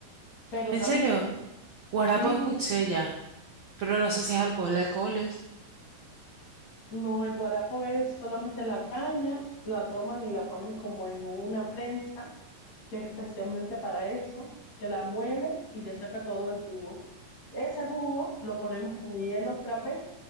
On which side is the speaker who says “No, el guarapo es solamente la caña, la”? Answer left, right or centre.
Left